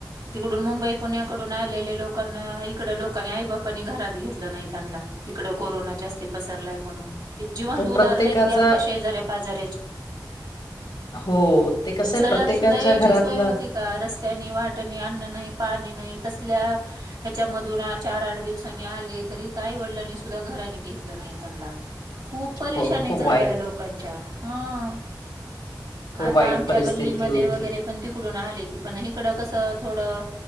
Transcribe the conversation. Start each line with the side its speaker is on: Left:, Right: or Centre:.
Right: तिकडून मुंबई पुण्याकडून आलेले लोकांना इकड लोकांनी आई बापांनी घरात घेतलं नाही त्यांना तिकड कोरोना जास्त पसरलाय म्हणून जिवंत
Left: तो प्रत्येकाचा
Right: उदाहरणत की आपल्या शेजाऱ्या पाजा्या
Left: हो, ते कसं
Right: चलत
Left: आहे प्रत्येकाच्या
Right: सुद्धा यायची
Left: घरातला
Right: सोय होती. रस्त्यानी वाट्यानी अन्न नाही पाणी नाही तसल्या ह्याच्यामधून चार आठ दिवसांनी आले तरी तर आई वडिलांनी सुद्धा घरानी घेतलं नाही त्यांना खूप परेशानी
Left: हो, खूप
Right: झाल्या
Left: वाईट,
Right: लोकांच्या हा
Left: खूप
Right: आता
Left: वाईट
Right: आमच्या
Left: परिस्थिती
Right: गल्लीमध्ये
Left: होती.
Right: वगैरे पण तिकडून आले की पण इिकडं कसं थोडं